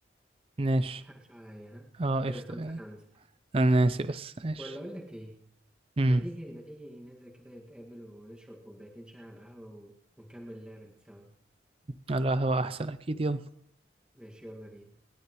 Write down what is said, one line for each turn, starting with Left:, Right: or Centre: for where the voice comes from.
Right: ماشي
Centre: متضحكش عليا ها
Right: اه
Centre: كده
Right: قشطة
Centre: خمسة
Right: يعني
Centre: خمسة
Right: انا ناسي بس ماشي
Centre: ولا اقول لك ايه
Right: امم
Centre: ما تيجي ما تيجي ننزل كده نتقابل ونشرب كوبايتين شاي على القهوه و- ونكمل اللعبه دي سوا
Right: لا هو احسن اكيد يلا
Centre: ماشي يلا بينا